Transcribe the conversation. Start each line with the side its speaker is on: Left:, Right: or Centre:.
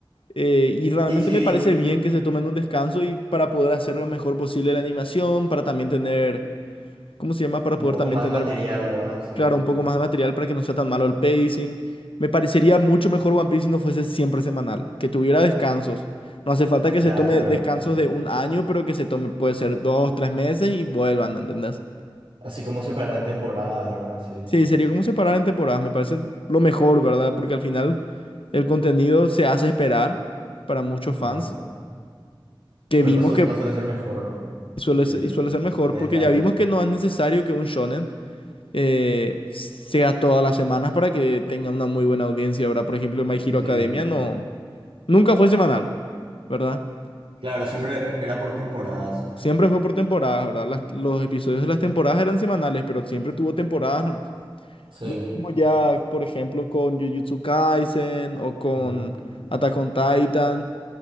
Left: eh, y realmente
Right: sí, sí,
Left: me
Right: vi
Left: parece bien que se tomen un descanso y para poder hacer lo mejor posible la animación, para también tener, ¿cómo se llama? Para
Right: un
Left: poder
Right: poco
Left: también
Right: más
Left: tener
Right: de material, ¿verdad? Sí.
Left: Claro, un poco más de material para que no sea tan malo el pacing. Me parecería mucho mejor One Piece si no fuese siempre semanal, que tuviera descansos. No hace falta que
Right: Ya,
Left: se tome
Right: claro.
Left: descansos de un año, pero que se tome, puede ser dos, tres meses y vuelvan, ¿entendés?
Right: Así como separar en temporadas, ¿verdad? Sí.
Left: Sí, sería como separar en temporadas, me parece lo mejor, ¿verdad? Porque al final el contenido se hace esperar para muchos
Right: Ajá.
Left: fans, que
Right: Pero
Left: vimos
Right: el resultado
Left: que
Right: suele ser mejor.
Left: suele
Right: Sí,
Left: ser, y suele ser mejor,
Right: si tiene
Left: porque
Right: descanso.
Left: ya vimos que no es necesario que un shonen eh, sea todas las semanas para que tenga una muy buena audiencia, ¿verdad? Por ejemplo, My
Right: Sí.
Left: Hero Academia no, nunca fue semanal, ¿verdad?
Right: Claro, siempre era por temporadas.
Left: Siempre fue por temporadas, ¿verdad? Las- los episodios de las temporadas eran semanales, pero siempre tuvo temporadas nomás.
Right: Sí.
Left: Lo mismo ya, por ejemplo, con Jujutsu Kaisen o con
Right: Ujú.
Left: Attack on Titan.